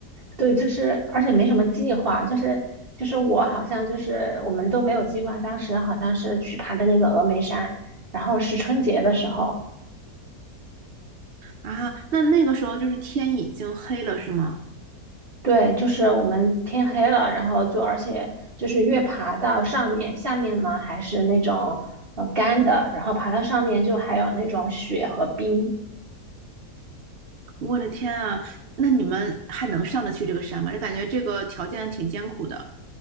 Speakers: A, on the right; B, on the right.
A: 对，就是而且没什么计划，就是就是我好像就是我们都没有计划，当时好像是去爬的那个峨眉山，然后是春节的时候，
B: 啊。那那个时候就是天已经黑了，是吗？
A: 对，就是我们天黑了，然后就而且就是越爬到上面，下面呢还是那种呃干的，然后爬到上面就还有那种雪和冰。
B: 我的天啊，那你们还能上得去这个山吗？这感觉这个条件挺艰苦的。